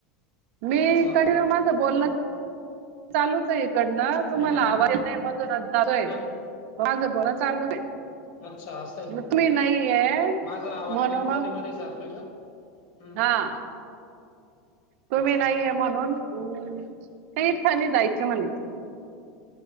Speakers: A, on the right; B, on the left.
A: मी
B: अच्छा.
A: इकडे माझं बोलण, चालूच ये इकडनं तुम्हाला
B: हं.
A: आवाज येत नाय. मधूनच जातोय,
B: हं.
A: माझं बोल चालू ये.
B: अच्छा असं आहे.
A: म तुम्ही नाहीये
B: माझा आवाज
A: म्हणून
B: बी मध्ये मध्ये जातोय का? हम्म
A: हा तुम्ही
B: अच्छा.
A: नाहीये म्हणून अं <unintelligible> इच्छा नाय जायची म्हणलं